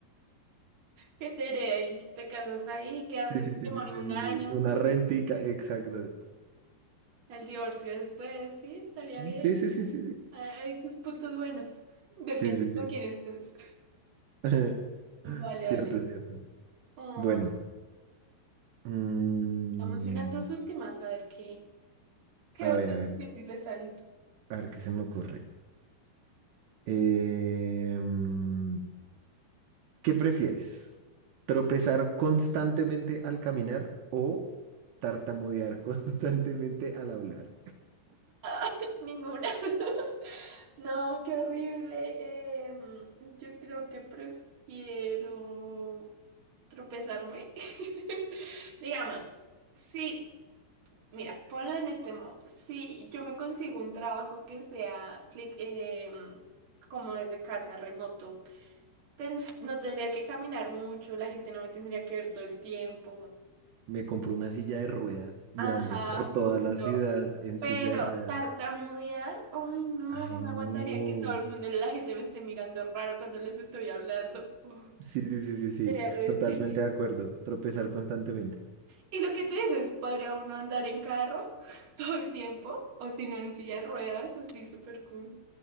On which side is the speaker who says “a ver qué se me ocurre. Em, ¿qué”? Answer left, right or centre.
Right